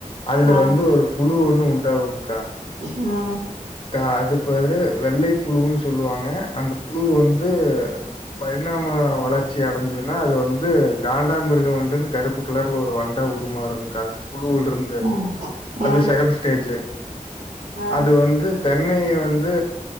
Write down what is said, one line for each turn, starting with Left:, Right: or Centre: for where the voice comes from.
Left: அதுல
Right: ஆ,
Left: வந்து ஒரு புழு ஒன்னு உண்டாகுங்கா
Right: ம்
Left: கா அது பேரு வெள்ளை புழுன்னு சொல்லுவாங்க அந்த புழு வந்து பரிணாம வளர்ச்சி அடஞ்சது ன்னா அது வந்து காண்டா மிருக வண்டுன்னு கருப்பு கலர் ஒரு வண்டா உருமாறுங்கா புழுலருந்து து
Right: ம்,
Left: அது
Right: ம்,
Left: செகண்ட் ஸ்டேஜு
Right: ஆ,
Left: அது வந்து தென்னைய வந்து